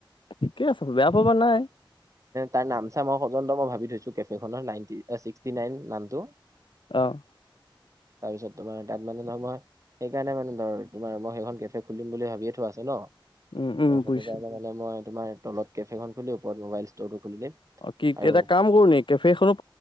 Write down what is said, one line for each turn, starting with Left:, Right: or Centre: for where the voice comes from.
Left: ঠিকে আছে বেয়া ভবা নাই।
Right: তাৰ নাম চাম পযন্ত মই ভাবি থৈছোঁ। কেফেখনৰ নাইনতি, চিক্সতি নাইন নামটো।
Left: অ',
Right: তাৰপিছত তোমাৰ - সেইকাৰণে মানে ধৰ, তোমাৰ মই সেইখন কেফে খুলিম বুলি ভাবিয়ে থোৱা আছে ন। অ',
Left: উম উম
Right: সেইটো
Left: বুজিছো
Right: কাৰণে মই তোমাৰ তলত কেফেখন খুলি ওপৰত মোবাইল ষ্টৰটো খুলি দিম।
Left: অ', কি!
Right: আৰু
Left: এটা কাম কৰো নি কেফেখনো